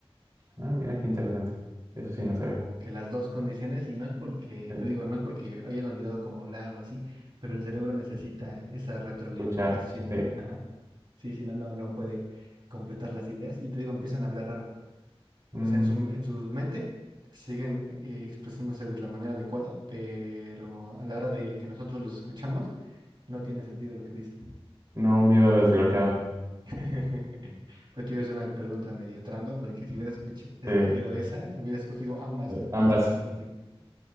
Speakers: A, on the right; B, on the right.
A: Ah, mira qué interesante. Eso sí
B: Tienen
A: no sabía.
B: como que las dos condiciones y no es porque,
A: Eh,
B: te digo, no es porque hayan olvidado cómo hablar o así, pero el cerebro necesita esa retroalimentación.
A: Escuchar, sí.
B: Ajá. Sí, si no, no, no puede completar las ideas y te digo, empiezan a hablar raro.
A: Mm,
B: O sea, en su, en su mente siguen eh, expresándose de la manera adecuada, pero a la hora de que nosotros los escuchamos, No tiene sentido lo que dicen.
A: nuevo miedo desbloqueado.
B: <laughs> Contigo es una pregunta medio trampa, porque si hubiera escuche- escogido
A: Sí, eh,
B: esa, hubiera escogido ambas inconscientemente.
A: ambas.